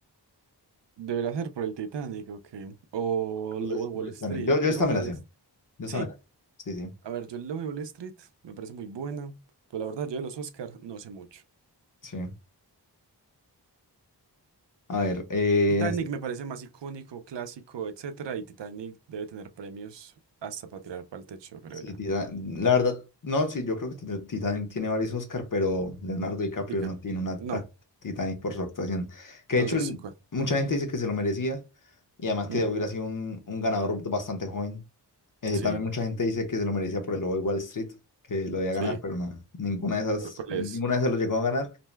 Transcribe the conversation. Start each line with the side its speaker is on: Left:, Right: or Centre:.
Right: Debería ser por el Titanic, ok. O
Left: No
Right: Lobo
Left: sé si por
Right: de Wall
Left: Titanic.
Right: Street.
Left: Yo, yo
Right: El
Left: esta
Right: Lobo
Left: me
Right: de
Left: la
Right: Wall
Left: sé.
Right: Street.
Left: Yo esta
Right: Sí.
Left: me la Sí, sí,
Right: A ver, yo el Lobo de Wall Street me parece muy buena. Pero la verdad, yo de los Oscars no sé mucho.
Left: sí. A ver, eh,
Right: Titanic
Left: en este-
Right: me parece más icónico, clásico, etcétera, y Titanic debe tener premios hasta para tirar para el techo, creo
Left: Sí,
Right: yo.
Left: Tita- la verdad, no, sí, yo creo que Tita- Titanic tiene varios Oscar, pero Leonardo DiCaprio
Right: Dica.
Left: no tiene una
Right: No.
Left: a- Titanic por su actuación. Que
Right: Entonces,
Left: de hecho, el-
Right: ¿cuál?
Left: mucha gente dice que se lo merecía y además que
Right: Ujú.
Left: hubiera sido un, un ganador bastante joven. Eh,
Right: Sí,
Left: también mucha gente dice que se lo merecía por el Lobo de Wall Street, que lo debía
Right: sí.
Left: ganar, pero no, ninguna de esas,
Right: ¿Cuál, cuál
Left: ninguna
Right: es?
Left: de esas lo llegó a ganar